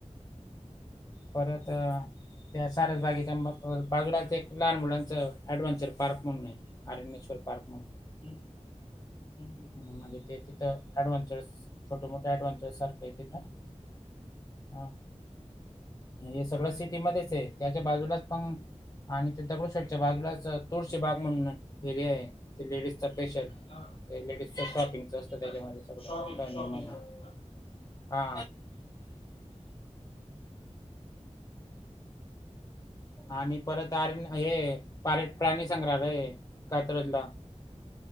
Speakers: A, on the left; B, on the left.
A: परत त्या सारसबागेच्या. <unintelligible> <unintelligible> एक लहान मुलांच ॲडव्हेंचर पार्क म्हणून आहे आरणेश्वर पार्क म्हणून.
B: हं हं हं
A: म्हणजे ते तिथं. ॲडव्हेंचरस छोटे मोठे ॲडव्हेंचर सारखे आहे तिथं. हा हे सगळं सिटी मध्येच आहे त्याच्या बाजूलाच पहा. आणि तिथं दगडूशेठच्या बाजूलाच तुळशीबाग म्हणून एरिया हाय लेडीजचा स्पेशल.
B: हा
A: लेडीजच शॉपिंगच असतं त्याच्यामध्ये
B: अच्छा
A: सगळं.
B: शॉपिंग शॉपिंग हा हा
A: <unintelligible> हा. आणि परत आली हाये. परत प्राणी संग्रहालय हाय कात्रजला.